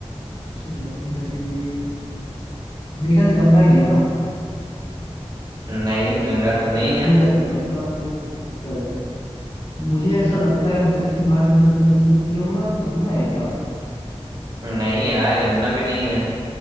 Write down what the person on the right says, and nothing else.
नहीं गंगा तो नहीं है
नहीं यार यमुना भी नहीं है